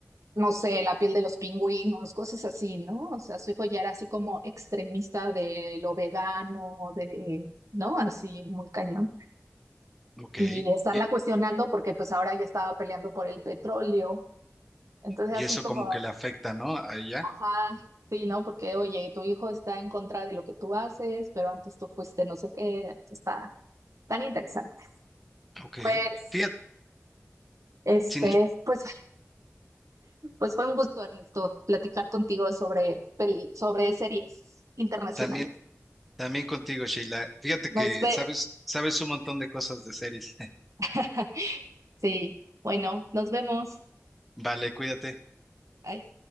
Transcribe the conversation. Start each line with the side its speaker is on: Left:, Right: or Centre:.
Right: no sé, la piel de los pingüinos, cosas así, ¿no? O sea, su hijo ya era así como extremista de lo vegano, de, ¿no? Así muy cañón.
Centre: ok.
Right: Y estarla
Centre: Y,
Right: cuestionando porque pues ahora ya estaba peleando por el petróleo. Entonces
Centre: y
Right: así
Centre: eso
Right: como,
Centre: como que le afecta, ¿no? A ella,
Right: ajá. Sí, ¿no? Porque, oye, tu hijo está en contra de lo que tú haces, pero antes tú fuiste no sé qué, está tan interesante.
Centre: ok.
Right: Pues
Centre: Fíjate,
Right: Este,
Centre: sin-
Right: pues, pues fue un gusto, Ernesto, platicar contigo sobre, pel- sobre series internacionales.
Centre: también, también contigo, Sheila. Fíjate
Right: Nos
Centre: que
Right: ve.
Centre: sabes, sabes un montón de cosas de series. <laughs>
Right: <laughs> Sí, bueno, nos vemos.
Centre: Vale, cuídate.
Right: Bye.